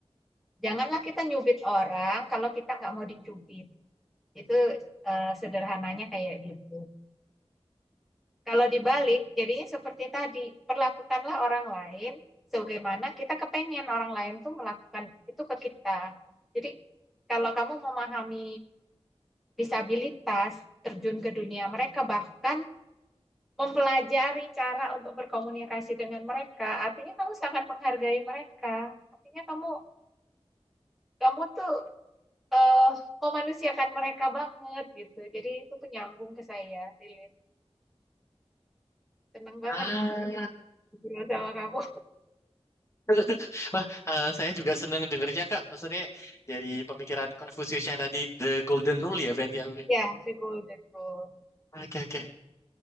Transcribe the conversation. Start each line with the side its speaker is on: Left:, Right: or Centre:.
Centre: janganlah kita nyubit orang kalau kita nggak mau dicubit. Itu eh, sederhananya kayak gitu. Kalau dibalik, jadinya seperti tadi, perlakukanlah orang lain sebagaimana kita kepengen orang lain tuh melakukan itu ke kita. Jadi kalau kamu memahami disabilitas terjun ke dunia mereka, bahkan mempelajari cara untuk berkomunikasi dengan mereka. Artinya kamu sangat menghargai mereka. Artinya kamu kamu tuh eh memanusiakan mereka banget gitu. Jadi itu tuh nyambung ke saya, relate. Seneng banget
Left: Ah,
Centre: ngobrol sama kamu.
Left: <laughs> wah, eh, saya juga seneng dengernya Kak. Maksudnya dari pemikiran Confucius yang tadi The Golden Rule ya berarti ya.
Centre: Ya, the golden rule.
Left: Oke, oke.